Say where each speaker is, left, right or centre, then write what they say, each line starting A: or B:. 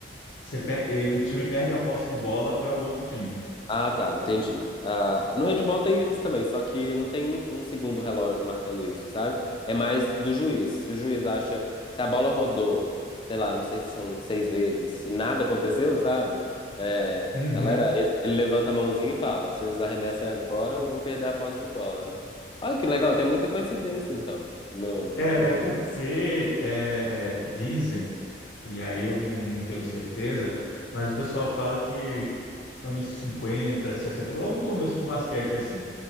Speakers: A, on the left; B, on the left.
A: você pe- ele- o time perde a posse de bola para o outro time.
B: Ah, tá, entendi. Ah, no handball tem isso também, só que não tem um, um segundo relógio marcando isso, sabe? É mais do juiz. Se o juiz acha, se a bola rodou, sei lá, não sei se são seis vezes, se nada aconteceu, sabe? É,
A: Uhum.
B: galera, ele ele levanta a mãozinha e fala: vocês arremessem agora ou vão perder a posse de bola, né? Olha que legal, tem muita coincidência então nos,
A: É,
B: nos
A: é porque
B: dois.
A: é, dizem, e aí eu não, não tenho
B: Uhum.
A: certeza, mas o pessoal fala que anos 50, 60, logo no começo do basquete, assim,